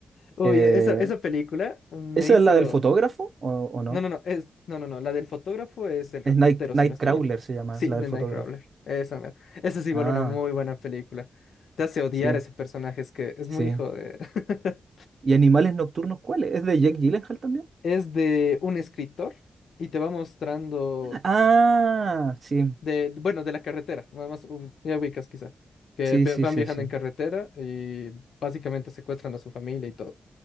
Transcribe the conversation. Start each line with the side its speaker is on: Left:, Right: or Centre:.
Left: Uy,
Right: eh,
Left: esa, esa película me
Right: ¿esa
Left: hizo.
Right: es la del fotógrafo o, o no?
Left: No, no, no, es... no, no, no. La del fotógrafo es el reportero,
Right: Es Night, Nightcrawler
Left: si no estoy mal.
Right: se llama,
Left: Sí,
Right: la
Left: The
Right: del fotógrafo.
Left: Nightcrawler. Esa, mera. Esa es igual
Right: Ah,
Left: una muy buena película. Te hace odiar
Right: sí,
Left: a ese personaje, es que es muy
Right: sí.
Left: hijo de. <laughs>
Right: ¿Y Animales Nocturnos cuál es? ¿Es de Jake Gyllenhaal también?
Left: Es de un escritor y te va mostrando
Right: Ah, sí,
Left: de, bueno, de la carretera, nada más um, ya ubicas quizá, que
Right: sí,
Left: ve-
Right: sí,
Left: van
Right: sí,
Left: viajando
Right: sí.
Left: en carretera y básicamente secuestran a su familia y todo.